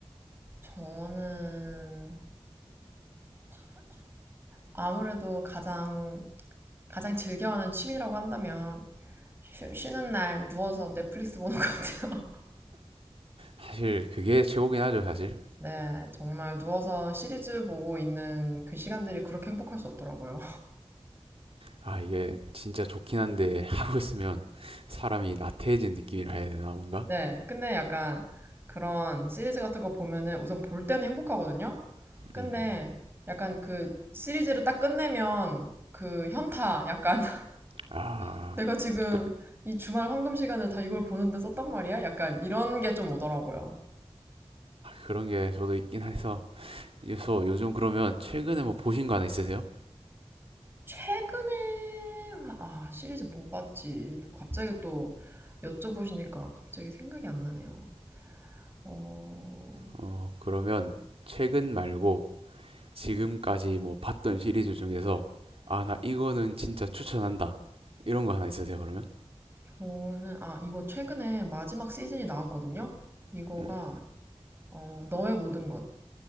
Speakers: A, on the right; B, on the right.
A: 저는 아무래도 가장, 가장 즐겨하는 취미라고 한다면, 쉬, 쉬는 날 누워서 넷플릭스 보는 것 같아요.
B: 사실 그게 최고긴 하죠 사실.
A: <laughs> 네, 정말 누워서 시리즈 보고 있는 그 시간들이 그렇게 행복할 수 없더라고요.
B: 아 이게 진짜 좋긴 한데 <laughs> 하고 있으면 사람이 나태해진 느낌이라 해야 되나 뭔가?
A: 네, 근데 약간 그런 시리즈 같은 거 보면은 우선 볼 때는 행복하거든요? 근데
B: 음
A: 약간 그 시리즈를 딱 끝내면 그 현타, 약간 <laughs>
B: 아
A: 내가 지금
B: 그,
A: 이 주말 황금 시간을 다 이걸 보는데 썼단 말이야? 약간 이런 게 좀 오더라고요.
B: 그런 게 저도 있긴 해서 그래서 요즘 그러면 최근에 뭐 보신 거 하나 있으세요?
A: 최근에, 아, 시리즈 뭐 봤지? 갑자기 또 여쭤보시니까 갑자기 생각이 안 나네요. 어,
B: 어, 그러면 최근 말고 지금까지 뭐 봤던 시리즈 중에서 아, 나 이거는 진짜 추천한다. 이런 거 하나 있으세요, 그러면?
A: 저는, 아, 이거 최근에 마지막 시즌이 나왔거든요? 이거가
B: 음,
A: 어, 너의 모든 것.